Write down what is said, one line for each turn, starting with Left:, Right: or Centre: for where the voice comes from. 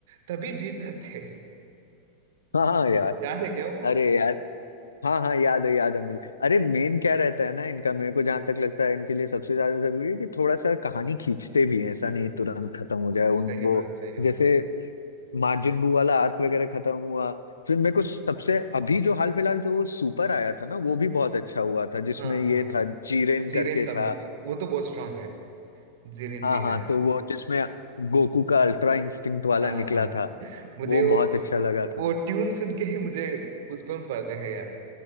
Right: तभी जीत जाते
Left: हाँ हाँ यार
Right: याद है क्या वो
Left: अरे यार हाँ हाँ याद है याद है मुझे अरे मेन क्या रहता है ना इनका मेरे को जहां तक लगता है इनके लिए सबसे ज्यादा जरूरी है कि थोड़ा सा कहानी खींचते भी हैं ऐसा
Right: हम्म
Left: नहीं
Right: हम्म
Left: तुरंत
Right: हम्म
Left: खत्म हो जाए
Right: सही
Left: उन वो
Right: बात सही
Left: जैसे
Right: बात
Left: मार्जिन बू वाला आर्क वगैरह खत्म हुआ फिर मेरे को सबसे अभी जो हाल फिलहाल जो सुपर आया था ना वो भी बहुत अच्छा हुआ था जिसमें
Right: हाँ
Left: ये
Right: हाँ हाँ
Left: था जीरेन
Right: जीरेन
Left: करके
Right: तब
Left: था
Right: वो तो बहुत स्ट्रांग है जीरेन
Left: हाँ
Right: भी
Left: हाँ
Right: है
Left: तो वो जिसमें गोकू का अल्ट्रा इंस्टिंक्ट वाला
Right: हाँ
Left: निकला
Right: हाँ हाँ
Left: था
Right: मुझे
Left: वो
Right: वो
Left: बहुत अच्छा लगा था
Right: वो ट्यून सुन के ही मुझे गूज़बम्प आते हैं यार